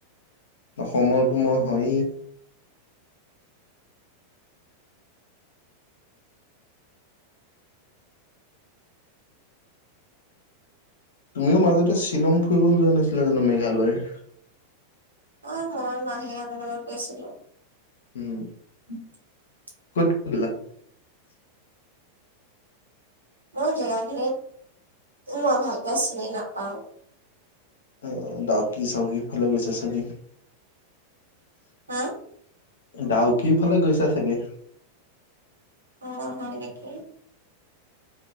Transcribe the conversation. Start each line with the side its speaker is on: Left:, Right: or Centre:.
Left: অসমৰতো মই হয়েই তুমিও মাজতে শ্বিলং ফুৰিবলৈ যোৱা নাছিলা জানো মেঘালয়
Right: অ মই মাহীহঁতৰ লগত গৈছিলো।
Left: উম
Right: <inaudible>
Left: কত ফুৰিলা।
Right: মোৰ জেগাখিনি মই ভালকে চিনি নাপাওঁ।
Left: অ ডাউকি চাওকি ফালক গৈছে চাগে।
Right: হা
Left: ডাউ কি ফালে গৈছা চাগে
Right: অ হয় নেকি।